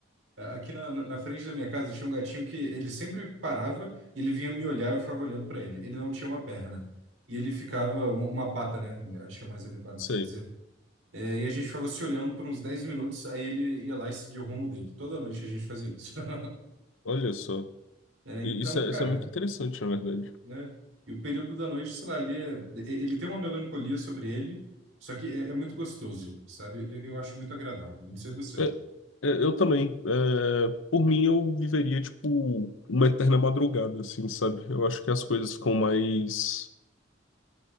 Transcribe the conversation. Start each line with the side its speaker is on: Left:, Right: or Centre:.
Right: Aqui na, na na frente da minha casa tinha um gatinho que ele sempre parava, e ele vinha me olhar e eu ficava olhando pra ele. Ele não tinha uma perna. E ele ficava, uma uma pata, né? Acho que é mais adequado
Left: Sei.
Right: se dizer é, e a gente ficava se olhando por uns 10 minutos, aí ele ia lá e seguia o rumo dele. Toda noite a gente fazia isso. <laughs>
Left: Olha só.
Right: É, então,
Left: E- Isso é,
Right: cara,
Left: isso é muito interessante, na verdade.
Right: né? E o período da noite, sei lá, ele, é, ele tem uma melancolia sobre ele, só que é, é muito gostoso, sabe? Eu, eu acho muito agradável, não sei você.
Left: É, é, eu também. É, por mim, eu viveria, tipo, uma eterna madrugada, assim, sabe? Eu acho que as coisas ficam mais.